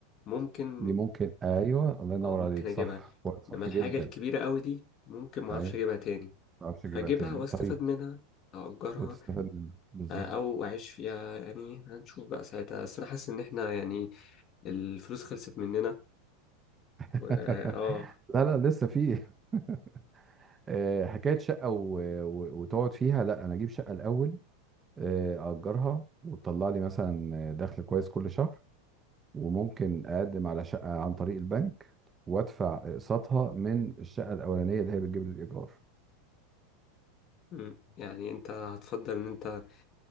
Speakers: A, on the left; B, on the right.
A: ممكن
B: دي ممكن ايوه الله ينور
A: اه ممكن
B: عليك
A: أجيبها
B: صح صح
A: إنما الحاجة
B: جدا
A: الكبيرة أوي دي ممكن معرفش
B: ايوه
A: أجيبها
B: ما
A: تاني
B: تعرفش تجيبها
A: فأجيبها
B: تاني
A: وأستفاد
B: طيب
A: منها أو أجرها
B: وتستفاد منها بالظبط
A: آه، أو أعيش فيها يعني هنشوف بقى ساعتها بس أنا حاسس إن إحنا يعني الفلوس خلصت مننا
B: <laughs>
A: و آه
B: لا لا لسه فيه <laughs> آه، حكايه شقه و... و... وتقعد فيها لا انا اجيب شقه الاول آه، اجرها وتطلع لي مثلا دخل كويس كل شهر وممكن اقدم على شقه عن طريق البنك وادفع اقساطها من الشقه الاولانيه اللي هي بتجيب لي الايجار
A: مم. يعني أنت هتفضل إن أنت